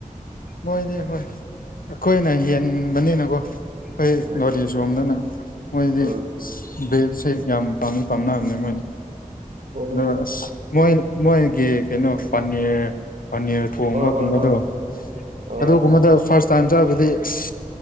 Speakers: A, on the left; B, on the right.
A: ꯃꯣꯏꯗꯤ ꯍꯣꯏ ꯑꯩꯈꯣꯏꯅ ꯍꯦꯟꯕꯅꯤꯅꯀꯣ ꯑꯩꯈꯣꯏ
B: ꯎꯝ
A: ꯅꯣꯔꯤ ꯁꯣꯝꯗꯅ ꯃꯣꯏꯗꯤ
B: ꯎꯝ
A: ꯚꯦꯜꯁꯤ <unintelligible> ꯌꯥꯝ ꯄꯥꯝꯃꯤ ꯄꯥꯝꯅꯕꯅꯦ ꯃꯣꯏꯅꯤ
B: ꯍꯣꯏ
A: ꯑꯗꯨꯒ
B: ꯍꯣꯏ
A: ꯑꯁ ꯃꯣꯏ ꯃꯣꯏꯒꯤ ꯀꯩꯅꯣ ꯄꯅꯤꯔ ꯄꯅꯤꯔ ꯊꯣꯡꯕꯒꯨꯝꯕꯗꯣ
B: ꯍꯣꯏ ꯍꯣꯏ ꯍꯣꯏ ꯍꯣꯏ
A: ꯑꯗꯨꯒꯨꯝꯕꯗ
B: ꯍꯣꯏ
A: ꯐꯥꯔꯁ ꯇꯥꯏꯝ ꯆꯥꯕꯗꯤ ꯑꯁ